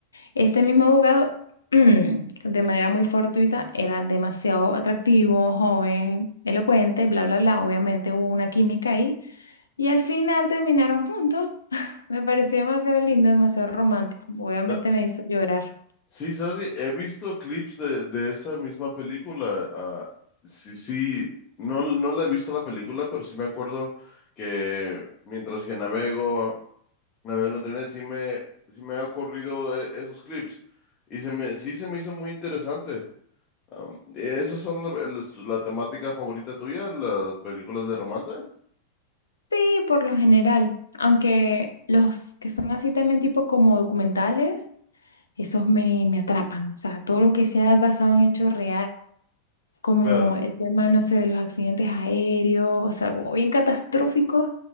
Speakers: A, on the left (about 75°); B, on the left (about 30°).
A: Este mismo abogado, <clears throat> de manera muy fortuita, era demasiado atractivo, joven, elocuente, bla, bla, bla. Obviamente hubo una química ahí y al final terminaron juntos. <laughs> Me pareció demasiado lindo, demasiado romántico. Obviamente
B: Ta-
A: me hizo llorar.
B: Sí, sabes qué? he visto clips de, de esa misma película. ah, sí, sí, no, no la he visto la película, pero sí me acuerdo que mientras que navego, navego en internet, sí me, sí me ha ocurrido e- esos clips. Y se me, sí se me hizo muy interesante. Um, ¿esas son la, los- la temática favorita tuya, las películas de romance?
A: Sí, por lo general, aunque los que son así también tipo como documentales, esos me, me atrapan, o sea, todo lo que sea basado en hechos reales, como
B: Claro.
A: el tema, no sé, de los accidentes aéreos, o sea, como bien catastróficos,